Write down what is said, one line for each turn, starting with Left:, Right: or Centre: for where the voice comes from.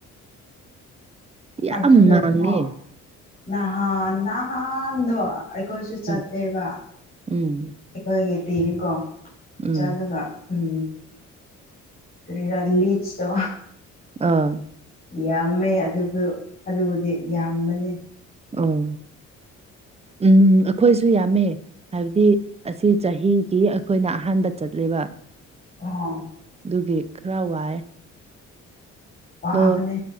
Right: ꯌꯥꯝ
Left: ꯑꯗꯨꯗꯒꯣ
Right: ꯉꯥꯡꯉꯦ
Left: ꯅꯍꯥꯟ ꯅꯍꯥꯟꯗꯣ ꯑꯩꯈꯣꯏꯁꯨ ꯆꯠꯇꯦꯕ
Right: ꯎꯝ ꯎꯝ
Left: ꯑꯩꯈꯣꯏꯒꯤ ꯇꯤꯝꯀꯣ
Right: ꯎꯝ
Left: ꯆꯠꯂꯒ ꯎꯝ ꯀꯔꯤꯔꯥ ꯂꯤꯠꯇꯣ
Right: ꯑꯥ
Left: ꯌꯥꯝꯃꯦ ꯑꯗꯨꯕꯨ ꯑꯗꯨꯕꯨꯗꯤ ꯌꯥꯝꯕꯅꯦ
Right: ꯑꯣ ꯎꯝ ꯑꯩꯈꯣꯏꯁꯨ ꯌꯥꯝꯃꯦ ꯍꯥꯏꯕꯗꯤ ꯑꯁꯤ ꯆꯍꯤꯒꯤ ꯑꯩꯈꯣꯏꯅ ꯑꯍꯥꯟꯕ ꯆꯠꯂꯦꯕ
Left: ꯑꯣ
Right: ꯑꯗꯨꯒꯤ ꯈꯔ ꯋꯥꯏ
Left: ꯋꯥꯕꯅꯦ
Right: ꯑꯗꯣ